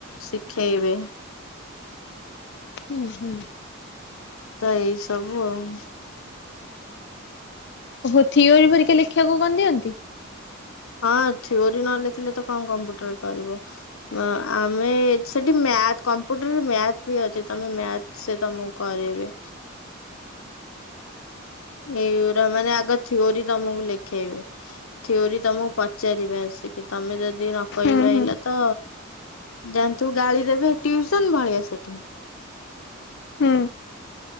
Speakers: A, on the left (about 85°); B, on the left (about 55°).
A: ଶିଖେଇବେ
B: ହୁଁ ହୁଁ।
A: ତ ଏଇ ସବୁ ଆଉ।
B: ଓହୋ ଥିଓରି ଭରିକା ଲେଖିବାକୁ କଣ ଦିଅନ୍ତି?
A: ହଁ ଥିଓରି ନ ଲେଖିଲେ ତ କଣ କମ୍ପ୍ୟୁଟର ପାରିବ? ଅ ଆମେ ସେଠି ମ୍ୟାଥ କମ୍ପ୍ୟୁଟରରେ ମ୍ୟାଥ ବି ଅଛି ତମେ ମ୍ୟାଥ ସେ ତମକୁ କରେଇବେ। ଏଇଗୁରା ମାନେ ଆଗ ଥିଓରି ତମକୁ ଲେଖେଇବେ। ଥିଓରି ତମକୁ ପଚାରିବେ ଆସିକି ତମେ ଯଦି ରପ୍ କହି
B: ହୁଁ
A: ପାଇଲ
B: ହୁଁ
A: ତ ଯାଆନ୍ତୁ ଗାଳି ଦେବେ ଟ୍ୟୁସନ ଭଳିଆ ସେଠି
B: ହୁଁ।